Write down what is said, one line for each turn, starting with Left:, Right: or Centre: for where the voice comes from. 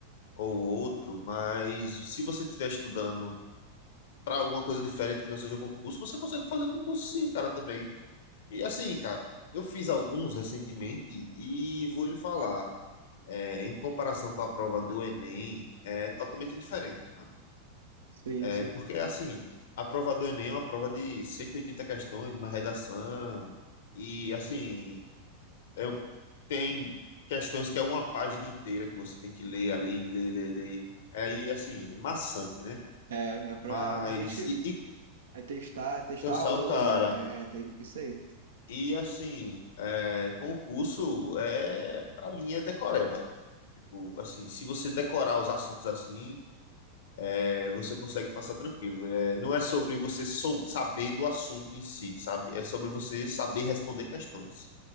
Left: ou outro, mas se você estiver estudando para alguma coisa diferente que não seja concurso, você consegue fazer concurso sim, cara, também. E assim, cara, eu fiz alguns recentemente e vou lhe falar, é, em comparação com a prova do Enem, é totalmente diferente, mano.
Right: Sim,
Left: É,
Right: sim.
Left: porque assim, a prova do Enem é uma prova de 180 questões, uma redação, e assim, É, um, tem questões que é uma página inteira que você tem que ler, ali, ler, ler, ler. Aí, assim, é maçante, né?
Right: É, é pra
Left: Mas,
Right: realmente.
Left: e, e
Right: É testar, é testar
Left: cansar
Right: a aluna,
Left: o cara.
Right: né? É, é ter- isso aí.
Left: E, assim, é, concurso, é, para mim, é decoreba. Tipo, assim, se você decorar os assuntos assim, é, você consegue passar tranquilo. É, não é sobre você sou, saber do assunto em si, sabe? É sobre você saber responder questões.